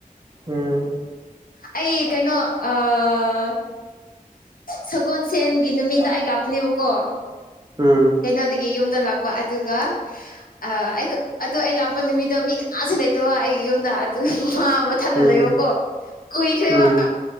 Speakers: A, on the right; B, on the left.
A: ꯎꯝ
B: ꯑꯩ ꯀꯩꯅꯣ ꯑ ꯁꯒꯣꯜꯁꯦꯟꯒꯤ ꯅꯨꯃꯤꯠꯇ ꯑꯩ ꯂꯥꯛꯄꯅꯦꯕꯀꯣ
A: ꯎꯝ
B: ꯀꯩꯅꯣꯗꯒꯤ ꯌꯨꯝꯗ ꯂꯥꯛꯄ ꯑꯗꯨꯒ ꯑꯥ ꯑꯩ ꯑꯗꯨ ꯑꯩ ꯂꯥꯛꯄ ꯅꯨꯃꯤꯠꯇꯣ ꯃꯤ ꯀꯅꯥꯁꯨ ꯂꯩꯇꯕ ꯑꯩꯒꯤ ꯌꯨꯝꯗ ꯑꯗꯨ ꯃꯥ ꯍꯟꯅ
A: ꯎꯝ
B: ꯂꯩꯕꯀꯣ ꯀꯨꯏꯈ꯭ꯔꯦꯕ
A: ꯎꯝ